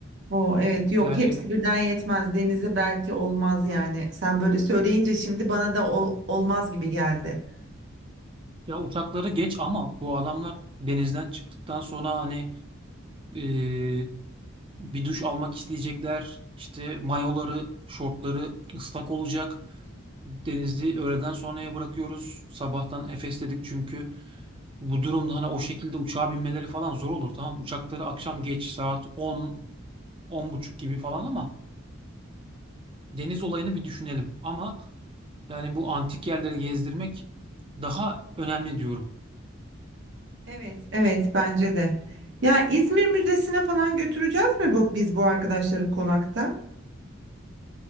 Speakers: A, on the right (about 55°); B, on the right (about 25°).
A: O evet yok
B: Yani
A: hepsi birden yetmez. Denize belki olmaz yani. Sen böyle söyleyince şimdi bana da ol- olmaz gibi geldi.
B: ya uçakları geç ama bu adamlar denizden çıktıktan sonra hani e, bir duş almak isteyecekler. İşte mayoları, şortları ıslak olacak. Denizli öğleden sonraya bırakıyoruz. Sabahtan Efes dedik çünkü. Bu durumda hani o şekilde uçağa binmeleri falan zor olur tamam. Uçakları akşam geç saat 10 10 buçuk gibi falan ama deniz olayını bir düşünelim. Ama yani bu antik yerleri gezdirmek daha önemli diyorum.
A: Evet evet bence de. Ya İzmir Müzesi'ne falan götüreceğiz mi bu, biz bu arkadaşları konakta?